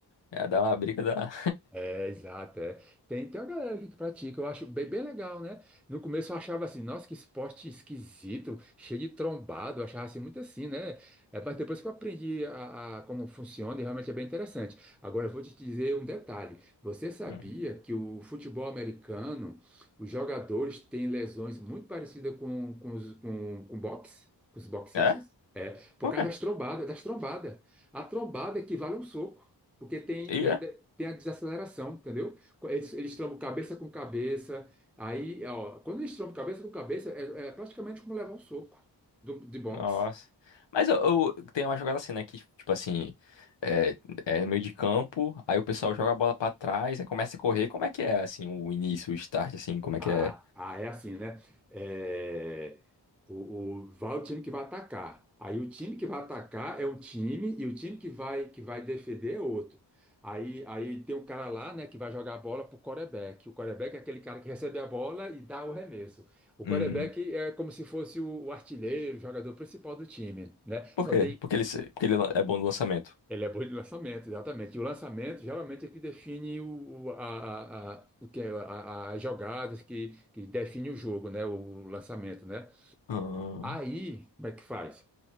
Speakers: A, on the left; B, in the centre.
A: é, dá uma briga da...
B: É, exato, é. Tem, tem uma galera aqui que pratica, eu acho bem, bem legal, né? No começo eu achava assim, nossa, que esporte esquisito, cheio de trombado, eu achava assim muito assim, né? É, mas depois que eu aprendi a, a como funciona, e realmente é bem interessante. Agora eu vou te dizer um detalhe. Você sabia
A: Hum.
B: que o futebol americano, os jogadores têm lesões muito parecidas com, com, os, com, com boxe, com os boxistas?
A: É?
B: É, por
A: Por
B: causa
A: quê?
B: das trombadas, das trombadas. A trombada equivale a um soco. Porque tem,
A: E
B: tem
A: é?
B: a, tem a desaceleração, entendeu? Eles, eles trombam cabeça com cabeça. Aí, ó, quando eles trombam cabeça com cabeça, é, é praticamente como levar um soco do, de boxe.
A: Nossa. Mas eu, eu- tem uma jogada assim, né? Que, tipo assim, é, é no meio de campo, aí o pessoal joga a bola pra trás, aí começa a correr. Como é que é, assim, o início, o start, assim, como é que
B: Ah,
A: é?
B: ah, é assim, né? É, o, o- vai o time que vai atacar. Aí o time que vai atacar é um time e o time que vai que vai defender é outro. Aí, aí tem um cara lá, né, que vai jogar a bola pro quarterback. O quarterback é aquele cara que recebe a bola e dá o remesso. O
A: Hum,
B: quarterback é como se fosse o, o artilheiro, o jogador principal do time, né?
A: por
B: Só
A: quê?
B: tem
A: Porque ele, se- porque ele lan- é bom no lançamento.
B: ele é bom de lançamento, exatamente. E o lançamento geralmente é que define o, o- a, a, a- o que é, a- a- as jogadas que, que define o jogo, né? O lançamento, né?
A: Ah,
B: Aí, como é que faz?